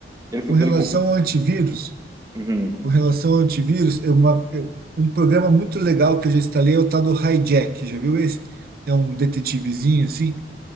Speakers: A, on the right; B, on the right.
A: Ele ficou,
B: com relação
A: ele... con-
B: ao antivírus,
A: Uhum.
B: com relação ao antivírus, é uma, é um programa muito legal que eu já instalei é o tal do Hijack, já viu esse? É um detetivezinho assim.